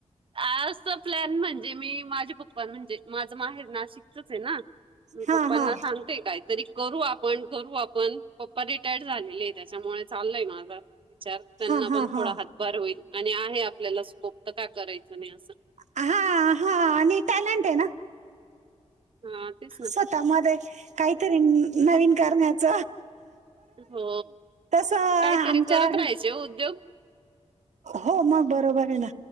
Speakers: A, on the right; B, on the right.
A: आज प्लॅन म्हणजे मी माझे पप्पा म्हणजे माझं माहेर नाशिकचच आहे ना म
B: हा
A: पप्पांना
B: हा
A: सांग काही तरी करू आपण करू आपण पप्पा रिटायर झालेली आहे त्याच्यामुळे चाललय माझं विचार त्यांना
B: हा हा
A: पण थोडा
B: हा
A: हातभार होईल आणि आहे आपल्याला स्कोप तर का करायचं नाही असं
B: हा हा आणि टॅलेंट आहे ना
A: हा तेच ना
B: स्वतः मध्ये काहीतरी नवीन करण्याच
A: हो
B: आमच्या
A: कायतरी करत राहायचे उद्योग
B: हो मग बरोबर आहे ना